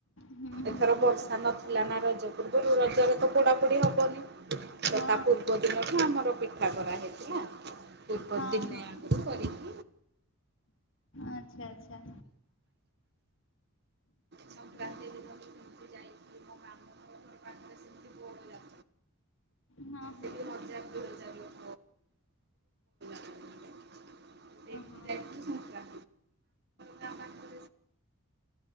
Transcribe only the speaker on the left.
ହୁଁ ହୁଁ
ହୁଁ
ହଁ
ହଁ
ହଁ
ଆଛା ଆଛା।
ଆଚ୍ଛା
ହଁ
ହଁ ହଁ ହଁ
ହଁ